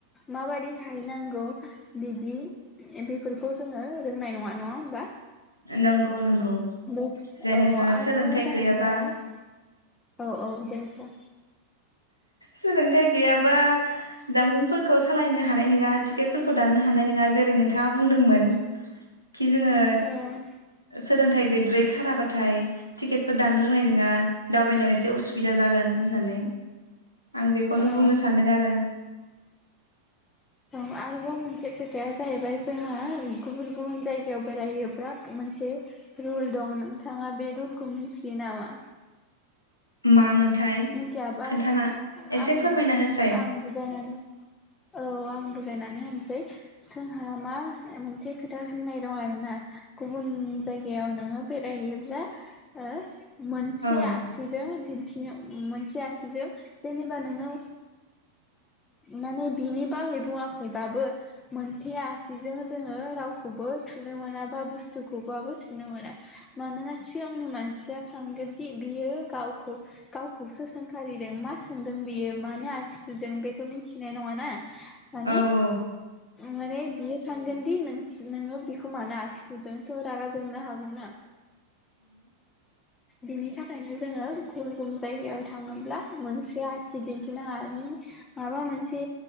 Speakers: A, on the left; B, on the left.
A: माबायि थाहैनांगौ बिदि बेफोरखौ जोंङो रोंनाय नंङा होमबा?
B: नंगौ नंगौ
A: औ
B: जेनेबा
A: औ आरोजाय
B: सोलोंथाइ
A: जाहैबाय
B: गैयाबा
A: औ औ दे बुं।
B: सोलोंथाइ गैयाबा जामबुंफोरखौ सालायनो हानाय नंङा टिकेटफोरखौ दाननो हानाय नंङा जेरै नोंथांङा बुंदोंमोन खि जोंङो
A: औ
B: सोलोंथाइ गैद्राय‌ थाराबाथाय टिकेटफोर दानो रोंनाय नंङा दावबायनो एसे उसुबिदा जागोन होननानै आं बेखौनो
A: औ
B: बुंनो सान्दों आरो।
A: दं आरोबाव मोनसे खोथाया जाहैबाय जोंहा गुबुन-गुबुन जायगायाव बेरायहैबा मोनसे रुल दं नोंथांङा बे रुलखौ मिथियो नामा?
B: मामोनथाय
A: मिनथियाबा
B: खोन्थाना एसे
A: आं
B: फोरमायना होसाय
A: आंबो गायनानै औ आं बुजायनानै होनसै जोंहा मा मोनसे खोथा होननाय दं आरोना गुबुन जायगायाव नोंङो बेरायहैयोब्ला ओ मोनसे
B: औ
A: आसिजों दिन थिनो मोनसे आसिजों जेनेबा नोंङो माने बिनि बागै बुंङाखैबाबो मोनसे आसिजों जोंङो रावखौबो थुनो मोना बा बुस्थुखौबाबो थुनो मोना मानोना सिगांनि मानसिया सानगोनदि बियो गावखौ गावखौसो सोंखारिदों मा सोंदों बियो मानो आसिथुदों बेथ मिथिनाय नङाना? माने
B: औ औ।
A: माने बियो सानगोन दि नोंसो नोङो बिखौ मानो आसिसुदों थ रागा जोंनो हागौना बिनि थाखायनो जोङो। <inaudible> जायगायाव थाङोब्ला मोनसे आसि दिन्थिनाङा नों माबा मोनसे